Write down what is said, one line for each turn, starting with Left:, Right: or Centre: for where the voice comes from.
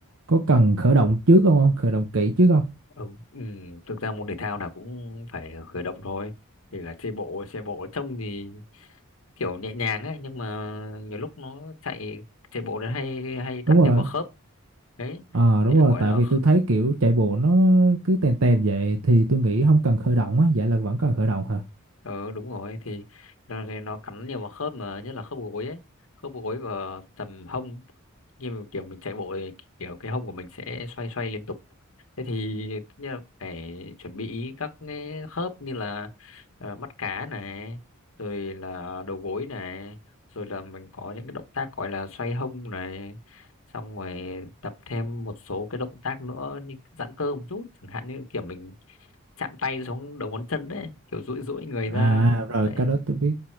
Right: Có cần khởi động trước không không? Khởi động kỹ trước không?
Left: ừ, ừ, thực ra môn thể thao nào cũng phải khởi động thôi thì là chạy bộ chạy bộ trông thì kiểu nhẹ nhàng ấy nhưng mà nhiều lúc nó chạy chạy bộ nó hay hay cắn
Right: Đúng rồi.
Left: nhiều vào khớp đấy
Right: À đúng
Left: thì
Right: rồi,
Left: gọi
Right: tại
Left: là
Right: vì tôi thấy kiểu chạy bộ nó cứ tèn tèn vậy thì tôi nghĩ không cần khởi động á, vậy là vẫn cần khởi động hả?
Left: ừ, đúng rồi thì nó, thì nó cắn nhiều vào khớp mà nhất là khớp gối ấy khớp gối và tầm hông như mà kiểu mình chạy bộ thì kiểu cái hông của mình sẽ xoay xoay liên tục thế thì tất nhiên là phải chuẩn bị các cái khớp như là ờ, mắt cá này rồi là đầu gối này rồi là mình có những cái động tác gọi là xoay hông này xong rồi tập thêm một số cái động tác nữa như giãn cơ một chút chẳng hạn như kiểu mình chạm tay xuống đầu ngón chân đấy kiểu duỗi duỗi người
Right: À
Left: ra
Right: rồi,
Left: đấy
Right: cái đó tôi biết.